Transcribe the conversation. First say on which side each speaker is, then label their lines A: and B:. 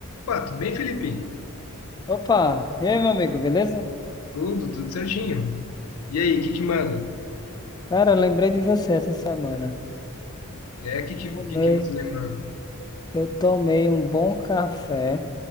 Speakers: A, on the left; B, on the left.
A: Pá, tudo bem, Felipe?
B: Opa, e aí, meu amigo, beleza?
A: Tudo, tudo certinho. E aí, o que que manda?
B: Cara, eu lembrei de você essa semana.
A: É, o que que,
B: Tomei,
A: que que você lembrou?
B: eu tomei um bom café.